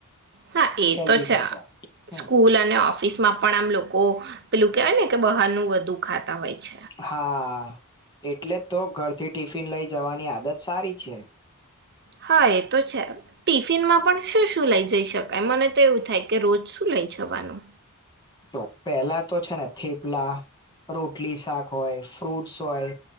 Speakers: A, on the right; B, on the left.
A: હા એ
B: હેલ્ધી
A: તો છે
B: કરતા હમ
A: સ્કૂલ અને ઓફિસ માં પણ આમ લોકો પેલું કેવાય ને કે બહાનું વધુ ખાતા હોય છે
B: હા એટલે તો ઘરથી ટિફિન લઈ જવાની આદત સારી છે
A: હા એ તો છે ટિફિનમાં પણ શું શું લઈ જઈ શકાય મને તો એવું થાય કે રોજ શું લઈ જવાનું
B: જો પેલા તો છે ને થેપલા રોટલી શાક હોય ફ્રૂટ્સ હોય